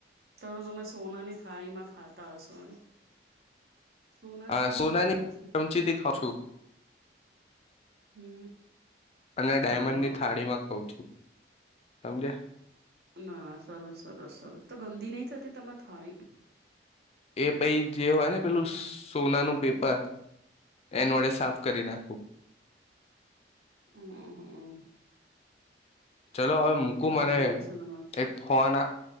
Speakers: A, on the right (about 55°); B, on the left (about 35°).
A: તો તમે સોનાની થાળી માં ખાતા હશો, એમ સોનાની
B: હા
A: થાળીમાં
B: સોના
A: ખાવ
B: ની
A: છું
B: ચમચીથી ખાઉ છું.
A: હમ
B: અને ડાયમંડની
A: હા
B: થાળીમાં ખાઉ છું. સમજ્યા?
A: ના ના સરસ સરસ સરસ તો ગંદી નહી થતી તમારી થાળી?
B: એ પાઈ જે હોય ને પેલું સોનાનું પેપર, એન વડે સાફ કરી નાખું.
A: હમમ હમમ
B: ચલો હવે મૂકું
A: થતી
B: મને
A: હશે તમારે તો
B: એક ફોન